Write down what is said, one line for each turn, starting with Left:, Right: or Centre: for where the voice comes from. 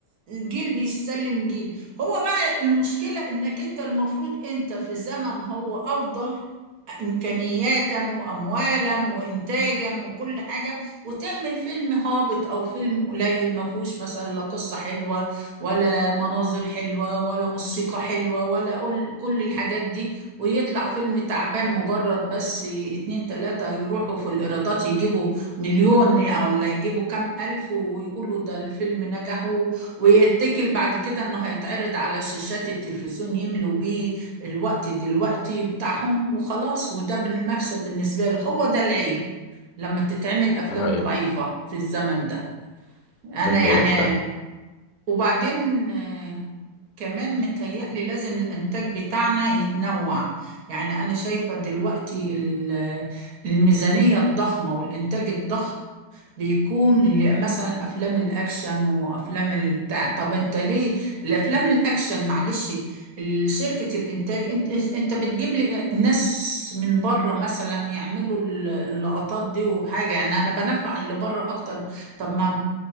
Right: جيل بيسلم جيل هو بقى المشكلة إنك أنت المفروض أنت في زمن هو أفضل إمكانياتا وأموالا وإنتاجا وكل حاجة وتعمل فيلم هابط أو فيلم قليل ما فيهوش مثلا لا قصة حلوة ولا مناظر حلوة ولا موسيقى حلوة ولا كل كل الحاجات دي ويطلع فيلم تعبان مجرد بس اتنين تلاتة يروحوا في الإيرادات يجيبوا مليون ولا يجيبوا كام ألف ويقولوا ده الفيلم نجح و- ويتكل بعد كده إنه هيتعرض على شاشات التلفزيون يملوا بيه الوقت دلوقتي بتاعهم وخلاص وده بالمكسب بالنسبة لي هو ده العيب لما تتعمل أفلام
Left: ده حقيقة
Right: ضعيفة في الزمن ده أنا
Left: ده حقيقة
Right: يعني
Left: فعلا
Right: وبعدين آه، كمان متهيألي لازم الإنتاج بتاعنا يتنوع يعني أنا شايفة دلوقتي ال- الميزانية الضخمة والإنتاج الضخم بيكون ل- مثلا افلام الاكشن وافلام البتاع طب انت ليه الافلام الاكشن معلش ال- شركة الانتاج انت انت بتجيب لي ناس من بره مثلا يعملوا ال- اللقطات دي وحاجة يعني انا بنفع اللي بره اكتر طب ما